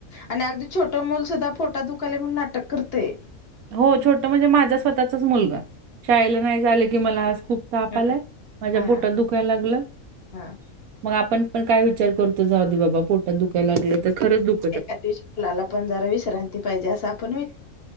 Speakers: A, on the left (about 50°); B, on the right (about 85°).
A: आणि अगदी छोटं मुल सुद्धा पोटात दुखालय म्हणून नाटक करतंय.
B: हो छोटं म्हणजे माझा स्वतःचाच मुलगा शाळेला नाही झालं की मला आज खूप ताप
A: हा
B: आलाय माझ्या
A: हा
B: पोटात दुखायला लागलं.
A: हा
B: मग आपण पण काय विचार करतो जाऊ दे बाबा पोटात दुखायला लागलं तर खरच दुख
A: एका दिवशी मुलाला पण जरा विश्रांती पाहिजे असं आपण विच